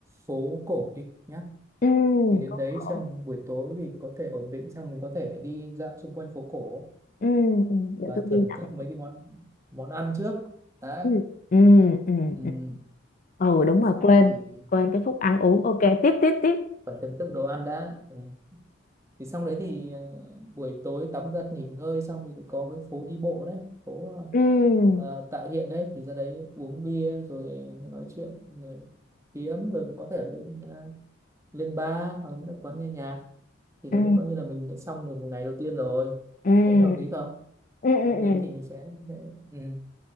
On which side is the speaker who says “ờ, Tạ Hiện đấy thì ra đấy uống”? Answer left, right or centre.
Right